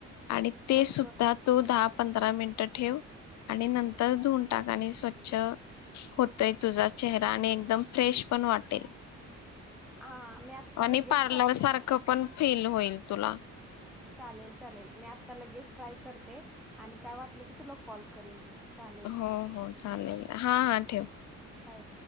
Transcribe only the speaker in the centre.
बर
बर
हा, मी आत्ता
लगेच
ट्राय
करते
चालेल चालेल मी आता लगेच ट्राय करते आणि काय वाटल की तुला कॉल करीन. चालेल
पाय